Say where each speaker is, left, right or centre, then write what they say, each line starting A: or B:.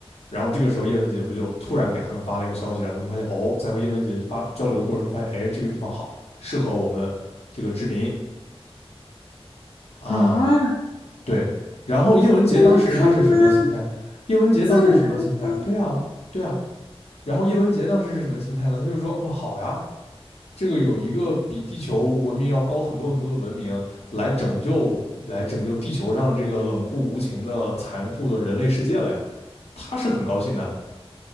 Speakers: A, on the left (about 80°); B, on the left (about 60°).
A: 然后这个时候叶文洁不就突然给他们发了一个消息，让他们发现哦，在和叶文洁发交流的过程中发现，哎，这个地方好，适合我们这个殖民啊，
B: 啊，
A: 对。然后叶文洁当时他是什么心态？
B: 那么坑吗？
A: 叶文洁当时是什么心态？
B: 这么坑吗？
A: 对啊，对啊。然后叶文洁当时是什么心态呢？他就说，嗯，好呀，这个有一个比地球文明要高很多很多的文明来拯救，来拯救地球上这个冷酷无情的残酷的人类世界了呀，他是很高兴的。